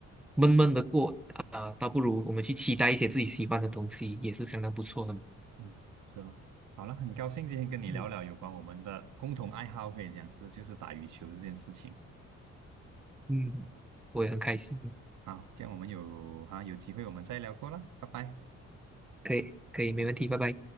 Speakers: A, in the centre; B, on the right.
A: 闷闷的过啊、倒不如我们去期待一些自己喜欢的东西，也是相当不错的。
B: 嗯，是的。好了，很高兴今天跟你聊聊有关我们的共同爱好，
A: 嗯
B: 可以讲是就是打羽球这件事情。
A: 嗯，我也很开心，
B: 好，这样我们有啊有机会我们再聊过啦，拜拜。
A: 可以可以，没问题，拜拜。